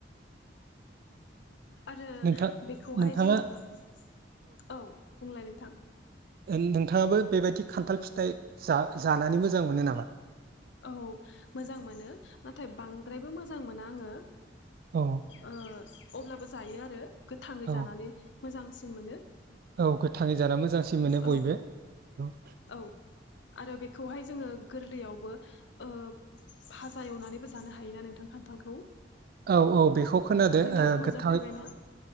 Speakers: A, on the left (about 75°); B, on the right (about 55°).
A: आरो
B: नोंथां
A: बेखौहाय
B: नोंथाङा
A: जोंङो औ बुंलाय नोंथां
B: नोंथाङाबो बेबायदि खान्थाल फिथाइ जानानै मोजां मोनो नामा?
A: औ मोजां मोनो नाथाय बांद्रायबो मोजां मोना आङो।
B: औ
A: अब्लाबो जायो आरो गोथाङै
B: औ
A: जानानै मोजांसिन मोनो
B: औ गोथाङै जाना मोजांसिन मोनो
A: औ
B: बयबो औ
A: औ आरो बेखौहाय जोङो गोरलैयावबो ओ फाजा एवनानैबो जानो हायोना नोंथां खान्थालखौ
B: औ औ बेखौ खोनादो
A: नोंथाङा मोनजाफेरबायना
B: गोथां